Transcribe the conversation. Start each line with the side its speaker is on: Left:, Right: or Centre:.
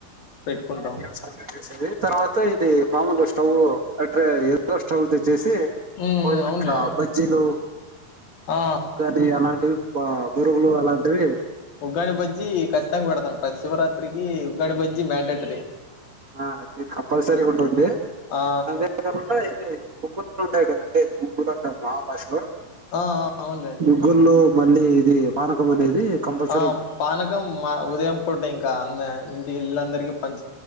Left: పెట్టుకుంటాం
Right: గేమ్స్ కంప్లీట్ చేసేది తర్వాత ఇది మామూలు. స్టవ్ అట్రే ఎదో స్టవ్ తేచ్. చేసి
Left: ఉమ్ ఉమ్
Right: మనం
Left: అవునులేండి
Right: ఇట్లా బజ్జీలు.
Left: ఆ
Right: ఉగ్రని అలాంటివి బ బోరుగులు అలాంటివి.
Left: కాని బజ్జి కచ్చితంగా పెడతాము పెస్. శివరాత్రికి ఉగ్రాని బజ్జి మ్యాండేట్. చట్టే
Right: ఆహ్ అది కంపల్సరీ ఉంటుంది
Left: ఆ
Right: అదే కాకుండా ఇది కొగ్గుందలు ఉంటాయి కదండి. ఊరంతా మహాభాషణలు
Left: ఆ ఆ, అవునులేండి
Right: గుల్లో మళ్ళీ ఇది. పానకం అనేది. కంపల్సరీ
Left: ఆహ్
Right: ఉంటుంది
Left: పానకం మా ఉదయం పూట ఇంకా. అది ఇంటికి ఇల్లు అందరికి పంచ్.